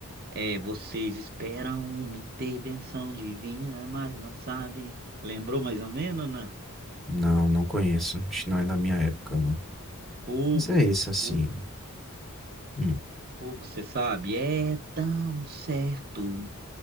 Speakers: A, on the right; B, in the centre.
A: É, vocês esperam uma intervenção divina, mas não sabem. Lembrou mais ou menos, não?
B: Não, não conheço. Acho que não é da minha época, não.
A: Fogo,
B: Mas é isso, assim.
A: fogo,
B: Hum,
A: fogo, você sabe? É tão certo